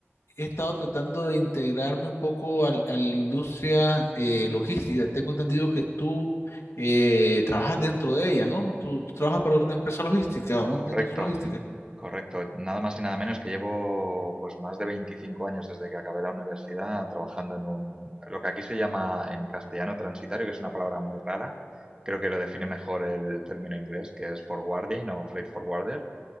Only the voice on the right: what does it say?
Correcto,
correcto. Nada más y nada menos que llevo pues más de 25 años desde que acabé la universidad trabajando en un, lo que aquí se llama en castellano transitario, que es una palabra muy rara. Creo que lo define mejor el término inglés, que es forwarding o freight forwarder.